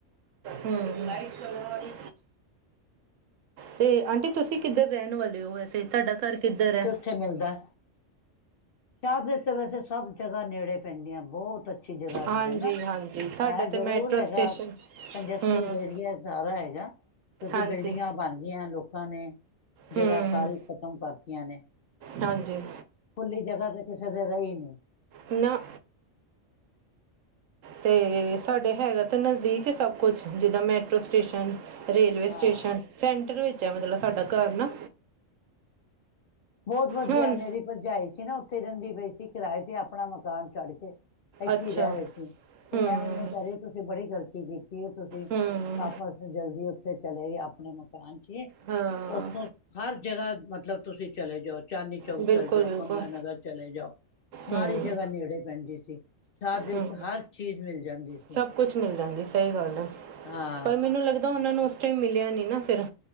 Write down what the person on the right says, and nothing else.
ਹੂੰ, ਤੇ ਆਂਟੀ ਤੁਸੀ ਕਿੱਧਰ ਰਹਨ ਵਾਲੇ ੳ ਵੈਸੇ? ਤਾਡਾ ਘਰ ਕਿੱਧਰ ਏ?
ਹਾਂਜੀ
ਹਾਂਜੀ ਸਾਡਾ
ਤੇ
ਮੈਟਰੋ
ਸਟੇਸ਼ਨ
ਹੂੰ
ਹਾਂਜੀ
ਹੂੰ
ਹਾਂਜੀ।
ਨਾ ਤੇ ਸਾਡੇ ਹੈਗਾ ਤਾਂ ਨਜਦੀਕ ਏ ਸਭ ਕੁਛ ਜਿੱਦਾ ਮੈਟਰੋ ਸਟੇਸ਼ਨ ਰੇਲਵੇ
ਸਟੇਸ਼ਨ, ਸੈਂਟਰ ਵਿੱਚ ਏ ਮਤਲਬ ਸਾਡਾ ਘਰ ਨਾ।
ਹੁਣ
ਅੱਛਾ
ਹੂੰ
ਹੂੰ
ਹਾਂ
ਬਿਲਕੁਲ
ਬਿਲਕੁਲ
ਹੂੰ
ਹੂੰ
ਸਭ ਕੁਛ ਮਿਲ ਜਾਂਦੀ ਸਹੀ ਗੱਲ ਏ,
ਪਰ ਮੈਨੂੰ ਲੱਗਦਾ ੳਨਾਂ ਨੂੰ ੳਸ ਟਾਇਮ ਮਿਲਿਆ ਨਈ ਨਾ ਫੇਰ।